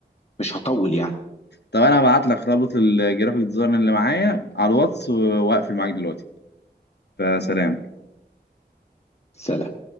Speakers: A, on the left; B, on the left.
A: مش هطول يعني
B: طب أنا هبعت لك رابط الجرافيك ديزاين اللي معايا على الواتس وأقفل معاك دلوقتي فسلام
A: سلام